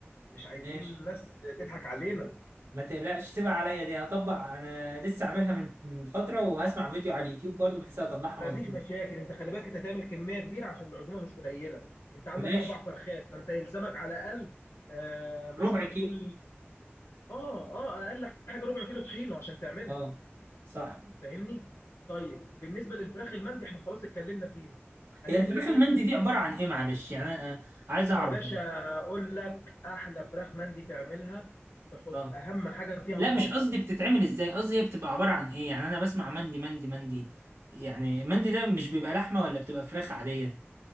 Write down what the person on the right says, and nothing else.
ماشي
ما تقلقش سيبها عليا دي هطبق أنا لسه عاملها من من فترة وهسمع فيديو على اليوتيوب برضو بحيث أطلعها
مظبوط
ماشي
ربع كيلو
اه صح
هي الفراخ
المندي
دي عبارة عن إيه معلش يعني أنا آه، عايز أعرف
اه
لا
مش قصدي بتتعمل ازاي قصدي هي بتبقى عبارة عن ايه يعني انا بسمع مندي مندي مندي يعني مندي ده مش بيبقى لحمة ولا بتبقى فراخ عادية